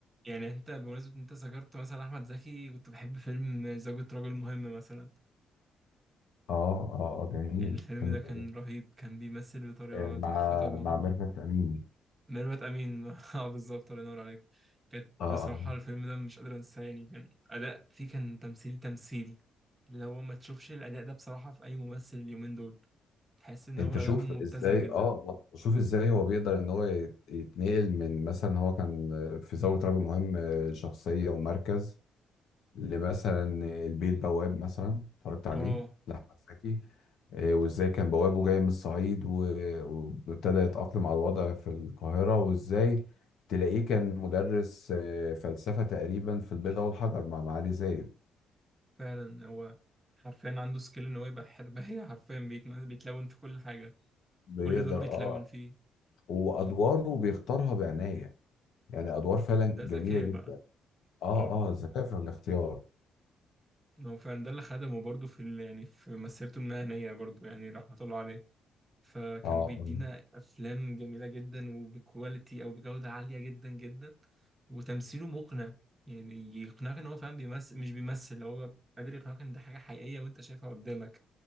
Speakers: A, on the right (about 20°); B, on the left (about 70°).
A: يعني انت بمناسبه إن انت ذكرت مثلا احمد زكي كنت بحب فيلم زوجة رجل مهم مثلا
B: اه اه اه جميل فيلم
A: الفيلم ده كان
B: جميل.
A: رهيب كان بيمثل بطريقه
B: آه،
A: تحفه
B: مع
A: طبعا
B: مع ميرفت امين
A: ميرفت امين <laughs> اه بالظبط الله ينور عليك كانت
B: اه
A: بصراحه
B: آه.
A: الفيلم ده مش قادر انساه يعني كان اداء فيه كان تمثيل تمثيل اللي هو ما تشوفش الاداء ده بصراحه في اي ممثل اليومين دول تحس ان
B: انت
A: هو
B: شوف
A: ادائهم
B: ازاي
A: مبتذل جدا
B: اه شوف ازاي هو بيقدر ان هو يت- يتنقل من مثلا هو كان آه، في ثوره رجل مهم آه، شخصيه ومركز لمثلا البيه البواب مثلا اتفرجت عليه
A: اه
B: لأحمد زكي آه، وازاي كان بوابه جاي من الصعيد و- وابتدى يتأقلم على الوضع في القاهرة وازاي تلاقيه كان مدرس آه، فلسفة تقريبا في البيضة والحجر مع معالي زايد
A: فعلا هو حرفيا عنده سكيل ان هو يبقى حرباية <laughs> حرفيا بيت- بيتلون في كل حاجة
B: بيقدر
A: كل دور بيتلون
B: اه
A: فيه
B: وأدواره بيختارها بعناية يعني أدوار فعلا
A: ده
B: جميلة
A: ذكاء
B: جدا
A: بقى
B: اه
A: اه
B: اه ذكاء في الاختيار
A: ما هو فعلا ده اللي خدمه برضه في ال... يعني في مسيرته المهنية برضه يعني رحمة الله عليه فكان
B: اه
A: بيدينا
B: آه،
A: أفلام جميلة جدا وبكواليتي أو بجودة عالية جدا جدا وتمثيله مقنع يعني يقنعك إن هو فعلا بيمثل مش بيمثل هو قادر يقنعك إن ده حاجة حقيقية وأنت شايفها قدامك